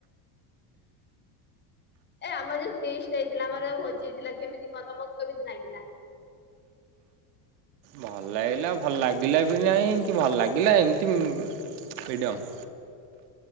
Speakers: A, on the left; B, on the right.
A: ଏ ଆମର ଯୋଉ ଫିଷ୍ଟ ଟା ହେଇଥିଲା ଆମର ଯୋଉ ଭୋଜିଟା ହେଇଥିଲା କେମିତି କଲ କେମିତି ଲାଗଥିଲା।
B: ଲ ଲାଗିଲା ଭଲ ଲାଗେ ଲାଗିଲା ବି ନାହିଁ କି ଭଲ ଲାଗିଲା ଏମିତି ମିଡ଼ିଅମ୍